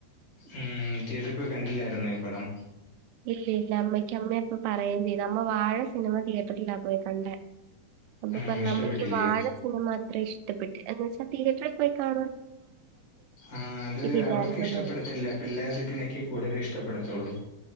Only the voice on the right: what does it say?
ഇല്ല ഇല്ല അമ്മയ്ക്ക് അമ്മയപ്പൊ പറയേം ചെയ്ത് അമ്മ വാഴ സിനിമ തിയേറ്ററിലാ പോയി കണ്ടേ. അപ്പൊ
പറഞ്ഞ്
അമ്മക്ക് വാഴ സിനിമ അത്ര ഇഷ്ടപ്പെട്ടില്ല. എന്ന് വെച്ചാ തിയേറ്ററിൽ പോയി കാണ
ഇതില്ലായിരുന്നല്ലോ